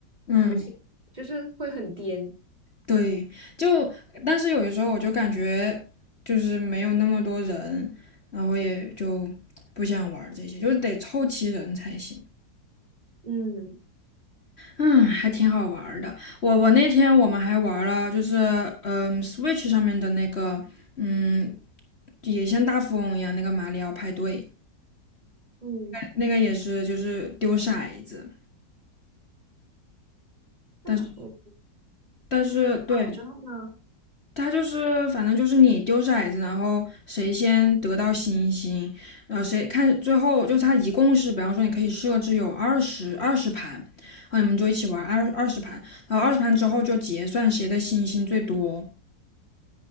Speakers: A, on the left; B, on the right.
A: 嗯，
B: 重新就是会很颠。
A: 对，就但是有的时候我就感觉就是没有那么多人，然后也就不想玩儿这些，就是得凑齐人才行。
B: 嗯
A: 嗯，还挺好玩儿的。我我那天我们还玩了，就是嗯，Switch 上面的那个，嗯，也像大富翁一样那个马里奥派对，
B: 嗯，
A: 那个也是就是丢骰子，
B: 大富
A: 但是但是对，
B: 豪，然后呢？
A: 它就是反正就是你丢骰子，然后谁先得到星星，然后谁看最后就是它一共是，比方说你可以设置有二十二十盘，然后你们就一起玩二二十盘，然后二十盘之后就结算谁的星星最多。